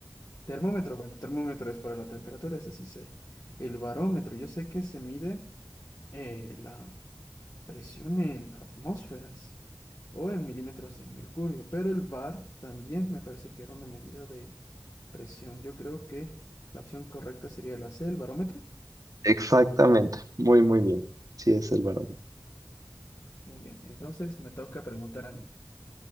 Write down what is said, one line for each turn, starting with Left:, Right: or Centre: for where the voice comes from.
Left: Termómetro, bueno, termómetro es para la temperatura, ese sí sé. El barómetro, yo sé que se mide eh, la presión en atmósferas o en milímetros de mercurio, pero el bar también me parece que era una medida de presión. Yo creo que la opción correcta sería la C, el barómetro.
Right: Exactamente, muy muy bien. Sí, es el varón.
Left: Muy bien, entonces me toca preguntar a mí.